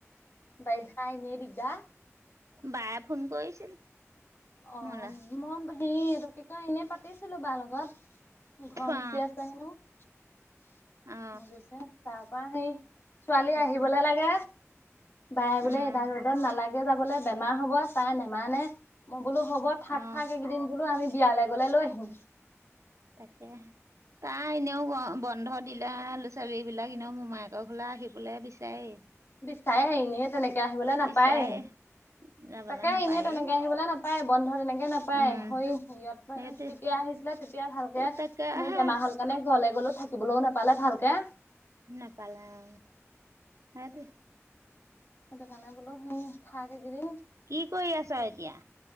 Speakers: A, on the left; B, on the right.
A: বাৰিষা এনেই দিগদা।
B: বায়ে ফোন কৰিছিল।
A: অ
B: মোলে
A: মই হেৰি এইটো কি কয় এনে পাতিছিলো বাৰ লগত। ঘৰ
B: অ
A: মুচি আছে হেনো মুচি
B: অ
A: আছে হেনো। তাৰ পা হেই ছোৱালী
B: তাকে
A: আহিবলে লাগে। বায়ে বোলে
B: উম
A: এইদাল ৰ'দত নালাগে যাবলে বেমাৰ হ'ব। তাই নেমানে। মই বোলো হ'ব থাক
B: অ
A: থাক এইকেইদিন। বোলো আমি বিয়ালে গলে লৈ আহিম।
B: তাকেহে। তাৰ এনেও বন্ধ দিলা ল'ৰা-ছোৱালী বিলাক এনেও মোমায়েকৰ ঘৰলে আহিবলে বিচাৰেই।
A: বিচাৰেই এনে তেনেকে আহিবলৈ নাপায়।
B: বিচাৰে যাবলৈ
A: তাকে
B: নাপায়েই
A: এনেই তেনেকে আহিবলৈ নাপা বন্ধ তেনেকে নাপায়।
B: উম
A: হয়ও হেৰিয়ত
B: সেইটোৱে
A: তেতিয়া আহিছিলে। তেতিয়া ভালকে
B: তাকেহে
A: মোৰ বেমাৰ হল কাৰ <unintelligible> ঘৰলে গ'লেও থাকিবলৈও নাপালে ভালকে।
B: নেপালে অ সেইটোৱে।
A: সেইটো কাৰণে বোলো হেৰি থাক এইকেদিন।
B: কি কৰি আছ এতিয়া?